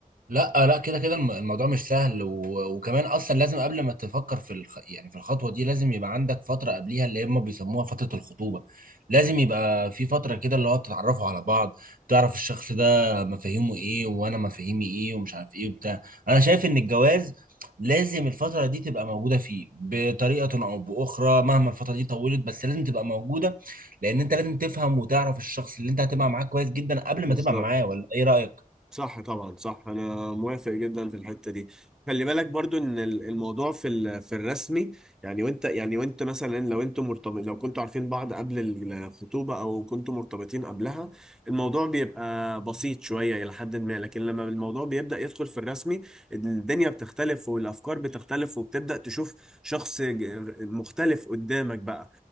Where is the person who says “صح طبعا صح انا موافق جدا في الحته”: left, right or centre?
Centre